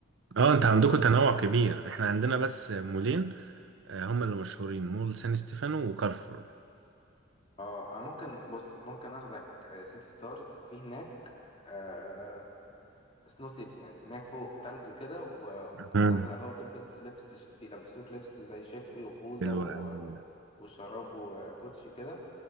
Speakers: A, on the right (about 65°); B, on the left (about 30°).
A: اه
B: في
A: انت عندكم تنوع كبير احنا عندنا بس مولين آه، هما اللي مشهورين مول سان ستيفانو وكارفور
B: اه آه، ممكن بص ممكن اخدك آه، سيتي ستارز في هناك آه، سنو سيتي يعني هناك فوق تلج كده و- وبتتزحلق
A: مم.
B: بقى وتلبس لبس ش- بيلبسوك لبس زي شتوي وخوذة
A: حلو
B: و-
A: قوي ده
B: وشراب وكوتشي كده